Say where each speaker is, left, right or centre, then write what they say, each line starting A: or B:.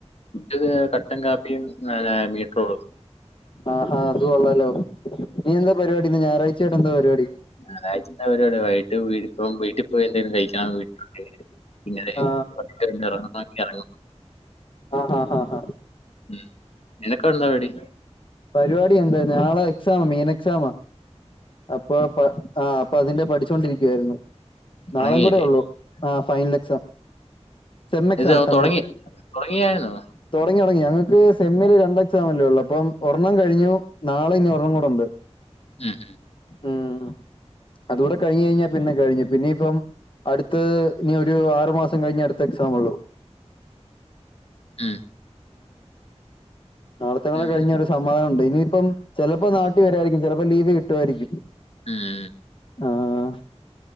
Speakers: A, on the left (about 60°); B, on the left (about 45°).
A: ഫുഡ് കട്ടൻ കാപ്പി മീറ്റർ <unintelligible>
B: ആഹാ അത് കൊള്ളാലോ നീ എന്താ പരിപാടി ഇന്ന് ഞായറാഴ്ചയായിട്ടെന്താ പരിപാടി
A: ഞായർഴ്ച്ചെന്താ പരിപാടിവൈകിട്ട് വീട്ട് പോം വീട്ടി പോയി എന്തെലും കഴിക്കണം അതെ പിന്നെ വൈകിട്ട്
B: ആ
A: <unintelligible> എറങ്ങ
B: ആ ഹ ഹ
A: ഉം നിനക്കെന്താ പരിപാടി
B: പരിപാടി എന്താ നാളെ എക്സാമ മീനെക്സാമ അപ്പൊ പ ആ അപ്പൊ അതിന്റെ പഠിച്ചോണ്ടിരിക്കുവായിരുന്നു
A: തുടങ്ങിയില്ലേ
B: നാളേം കൂടെ ഉള്ളൂ ആ ഫൈനലെക്സാം സെമ്മെക്സാം
A: ഇത്
B: സെമ്മ്
A: തുടങ്ങി തുടങ്ങിയായിരുന്നു
B: തൊടങ്ങി തൊടങ്ങി ഞങ്ങക്ക് സെമ്മില് രണ്ട് എക്സാമല്ലെള്ളൂ അപ്പൊ ഒരെണ്ണം കഴിഞ്ഞു നാളെനി ഒരെണം കൂടി ഒണ്ട്
A: ഉം
B: ഉം അതൂടെകഴിഞ് കഴിഞ്ഞാ പിന്നെ കഴിഞ്ഞു പിന്നെപ്പം അടുത്തത് ഇനി ഒരു ആറു മാസം കഴിഞ് അടുത്ത എക്സമ്ഉള്ളു
A: ഉം
B: നാളത്തെ കൂടെ
A: ഉം
B: കഴിഞ്ഞ ഒരു സമാധാനം ഉണ്ട് ഇനിയിപ്പം ചിലപ്പോ നാട്ടിൽ വരായിരിക്കും ചിലപ്പോ ലീവ് കിട്ടുമായിരിക്കും
A: ഉം
B: ആഹ്